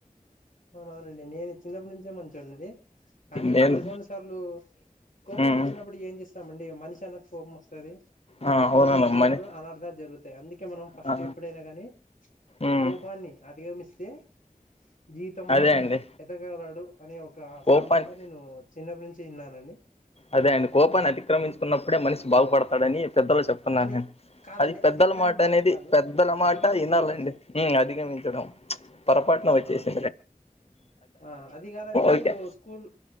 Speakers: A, on the left; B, on the left.
A: అవున్ అవునండి నేను చిన్నప్ప నుంచే మంచొడండి కానీ
B: నేను
A: కొన్ని కొన్ని సార్లూ కోపం
B: ఉమ్
A: ఒచ్చినప్పుడు ఏం చేస్తామండి మన్షి అనాక కోపం ఒస్తది
B: ఆ అవుననమ్మని
A: కోపం ఒచ్చినప్పుడు అనార్థం జరుగుత్ అందుకె మనం ఫస్ట్
B: ఆ
A: ఎప్పుడైన గాని
B: ఉమ్
A: కోపాన్ని అధిగమిస్తే జీవితంలో
B: అదే అండి
A: ఎదగలడు అనె ఒకా
B: కోపాన్ని
A: సామెత నేనూ చిన్నప్ప నుంచి ఇన్నానండి
B: అదే అండి కోపాన్ని అతిక్రమించుకున్నప్పుడే మనిస్ బాగుపడతాడని పెద్దలు చెప్తున్నారు
A: అని కాదండి
B: అది పెద్ద
A: అతిక్రమించడం
B: దల మాటనేది
A: కాదు
B: పెద్దల మాట
A: అధిగమించడం
B: ఇనాలండి
A: అండి
B: అధిగమించడం పొరపాటున
A: అవునవునండి
B: వచ్చేసి
A: ఆ అది గాదండి
B: ఓకే
A: మీరు స్కూల్